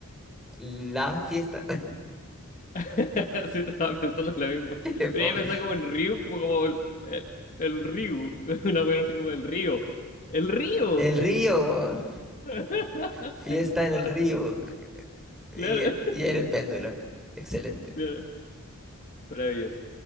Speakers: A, in the centre; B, on the left.
A: la fiesta.
B: <laughs> Sí, estaba pensando lo mismo.
A: <laughs> Fome.
B: Pero yo pensaba como en Ryuk, pues como el, el, el Ryuk. <laughs> Una cosa así como el río. ¡El río!
A: El río.
B: <laughs>
A: Fiesta
B: Ahí
A: en el
B: está.
A: río. eh,
B: Claro.
A: y en el péndulo. Excelente.
B: Claro, Maravilloso.